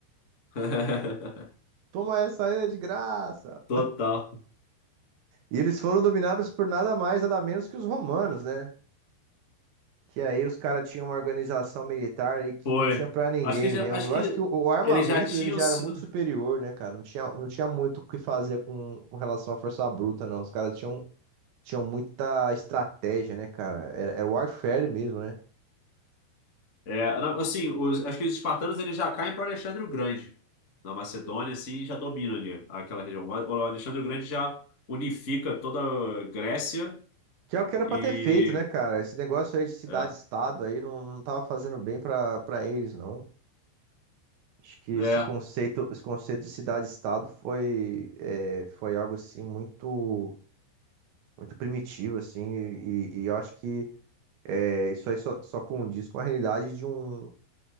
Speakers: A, on the left; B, on the right.
A: <laughs>
B: toma essa aí é de graça".
A: Total.
B: E eles foram dominados por nada mais, nada menos que os romanos, né? Que aí os caras tinham uma organização militar aí que
A: Foi.
B: não tinha pra ninguém
A: Acho que já,
B: mesmo.
A: acho
B: Eu
A: que
B: acho que o, o armamento
A: eles já tinham
B: dele já
A: sido.
B: era muito superior, né, cara? Não tinha, não tinha muito o que fazer com, com relação à força bruta, não. Os caras tinham, tinham muita estratégia, né, cara? Era, era warfare mesmo, né?
A: É, não, assim, os- acho que os espartanos eles já caem para Alexandre o Grande. Na Macedônia, assim, já domina ali aquela região. O Alexandre o Grande já unifica toda a Grécia
B: Que é o que era
A: e.
B: pra ter feito, né, cara? Esse negócio aí de cidade-estado
A: É,
B: aí não, não tava fazendo bem pra, pra eles, não. Acho que esse
A: é,
B: conceito, esse conceito de cidade-estado foi, é, foi algo, assim, muito, muito primitivo, assim, e, e eu acho que É, isso aí só, só condiz com a realidade de um,